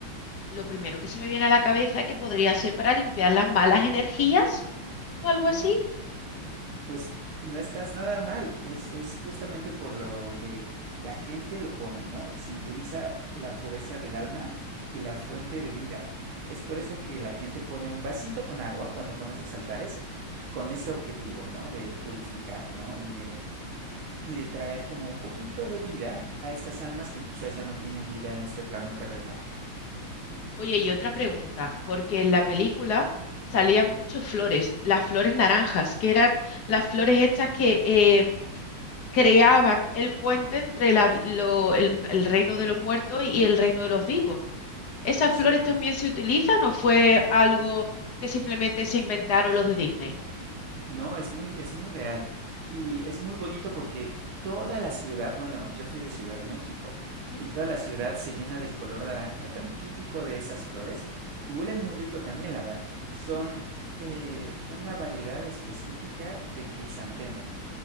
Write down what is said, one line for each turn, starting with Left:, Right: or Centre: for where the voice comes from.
Left: Lo primero que se me viene a la cabeza es que podría ser para limpiar las malas energías o algo
Right: Muy
Left: así.
Right: Pues no estás nada mal, es, es justamente por lo que la gente lo pone, ¿no? Simboliza la pureza del alma y la fuente de vida. Es por eso que la gente pone un vasito con agua cuando pone sus altares con este objetivo, ¿no? De purificar, ¿no? Y de, y de traer como un poquito de vida a estas almas que quizás ya no tienen vida en este plano terrenal.
Left: Oye, y otra pregunta, porque
Right: Ujú,
Left: en la película salían
Right: ujú.
Left: muchas flores, las flores naranjas, que eran las flores estas que eh, creaban el puente entre la vi- lo- el, el reino de los muertos y el reino de los vivos. ¿Esas
Right: Es
Left: flores
Right: cierto.
Left: también se utilizan o fue algo que simplemente se inventaron los de Disney?
Right: No, es muy, es muy real y es muy bonito porque toda la ciudad, bueno, yo soy de Ciudad de México
Left: Ujú.
Right: y toda la ciudad se llena del color naranja tan típico de esas flores y huelen muy rico también, Laura. Son eh, una variedad específica de crisantemo.